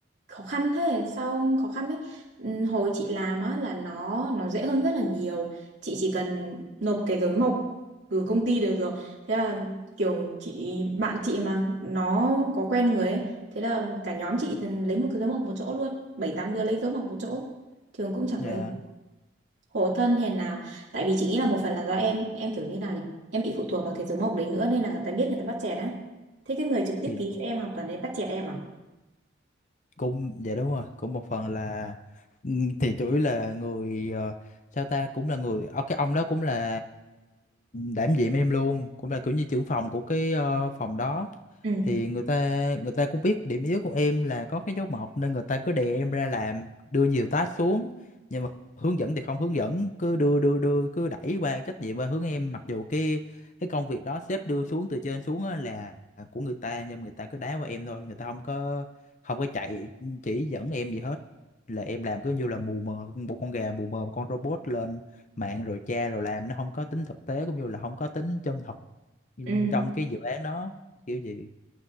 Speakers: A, on the right (about 70°); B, on the left (about 40°).
A: khó khăn thế sao khó khăn đấy Ừm, hồi chị làm á là nó nó dễ hơn rất là nhiều chị chỉ cần nộp cái giấy mộc từ công ty đều được thế là kiểu chị bạn chị mà nó có quen người ấy thế là cả nhóm chị thì lấy một cái dấu mộc một chỗ luôn bảy tám đứa lấy dấu mộc một chỗ trường cũng chẳng
B: Dạ.
A: nói khổ thân hèn nào tại vì chị nghĩ là một phần là do em em kiểu như nào nhỉ em bị phụ thuộc vào cái dấu mộc đấy nữa nên là người ta biết người ta bắt chẹt á thế cái người trực tiếp
B: Thì
A: ký cho em hoàn toàn đấy bắt chẹt em à
B: cũng dạ đúng rồi cũng một phần là ừ, thì chủ yếu là người ờ, sao ta cũng là người ờ, cái ông đó cũng là đảm nhiệm em luôn cũng là kiểu như trưởng phòng của cái ờ, phòng đó
A: ừ
B: thì người ta người ta cũng biết điểm yếu của em là có cái dấu mộc nên người ta cứ đè em ra làm đưa nhiều task xuống nhưng mà hướng dẫn thì không hướng dẫn cứ đưa đưa đưa cứ đẩy qua trách nhiệm qua hướng em mặc dù cái cái công việc đó sếp đưa xuống từ trên xuống á là của người ta nhưng mà người ta cứ đá qua em thôi người ta không có không có chạy chỉ dẫn em gì hết là em làm cứ như là mù mờ một con gà mù mờ một con robot lên mạng rồi tra rồi làm nó không có tính thực tế cũng như là không có tính chân thật
A: ừ
B: trong cái dự án đó kiểu gì